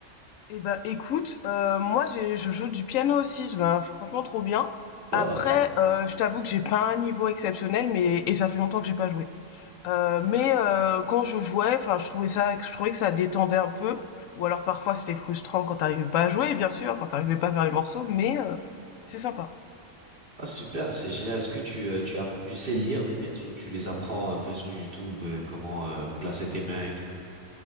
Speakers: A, on the left; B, on the right.
A: Eh ben écoute, euh, moi j'ai je joue du piano aussi, ben, franchement trop bien.
B: Oh,
A: Après, euh, je t'avoue que j'ai pas un niveau exceptionnel, mais et ça fait longtemps que j'ai pas joué. Euh, mais euh, quand je jouais, enfin je trouvais ça, je trouvais que ça détendait un peu. Ou alors parfois c'était frustrant quand t'arrivais pas à jouer, bien sûr, quand t'arrivais pas à faire les morceaux, mais euh, c'est sympa.
B: ah super, c'est génial. Est-ce que tu euh, tu as tu sais lire des pièces ou tu les apprends un peu sur YouTube, euh, comment euh, placer tes mains et tout?